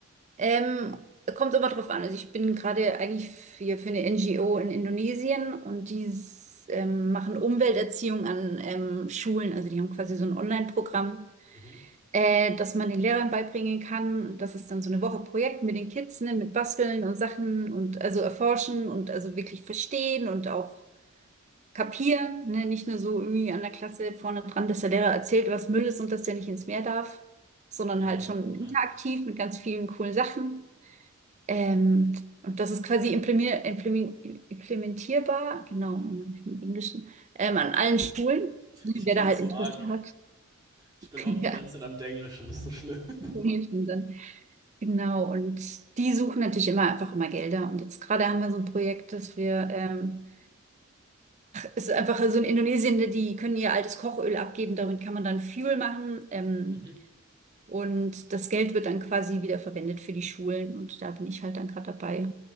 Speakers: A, on the right; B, on the right.
A: ähm, kommt immer drauf an. Also ich bin gerade eigentlich für, für eine NGO in Indonesien und die s- ähm, machen Umwelterziehung an ähm, Schulen. Also die haben quasi so ein Online-Programm.
B: Mhm.
A: Äh, dass man den Lehrern beibringen kann, dass es dann so eine Woche Projekt mit den Kids, ne, mit Basteln und Sachen und also erforschen und also wirklich verstehen und auch kapieren, ne, nicht nur so irgendwie an der Klasse vorne dran, dass der Lehrer erzählt, was Müll ist und dass der nicht ins Meer darf, sondern
B: Ja,
A: halt schon interaktiv
B: klar.
A: mit ganz vielen coolen Sachen. Ähm, und das ist quasi implementier implemen- implementierbar, genau, im Englischen, ähm, an allen Schulen, ne,
B: Ich
A: wer
B: kenn's
A: da halt
B: so
A: Interesse
B: arg.
A: hat. <laughs>
B: Ich bin auch
A: Ja,
B: die ganze Zeit am Denglischen, das ist so schlimm. <laughs>
A: im Englischen dann. Genau, und die suchen natürlich immer einfach immer Gelder. Und jetzt gerade haben wir so ein Projekt, dass wir, ähm, es ist einfach so in Indonesien, die können ihr altes Kochöl abgeben, damit kann man dann Fuel machen. Ähm,
B: Mhm.
A: und das Geld wird dann quasi wieder verwendet für die Schulen. Und da bin ich halt dann gerade dabei,